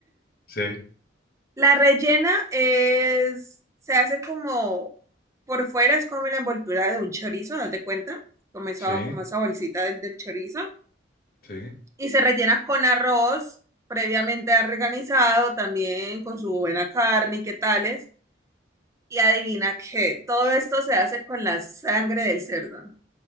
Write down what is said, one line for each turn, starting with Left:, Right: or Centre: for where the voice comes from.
Left: Sí,
Right: La rellena es, se hace como, por fuera es como la envoltura de un chorizo, haz de cuenta, como esa,
Left: sí.
Right: como esa bolsita del, del chorizo,
Left: Sí.
Right: y se rellena con arroz previamente organizado, también con su buena carne y qué tales. Y adivina qué, todo esto se hace con la sangre del cerdo.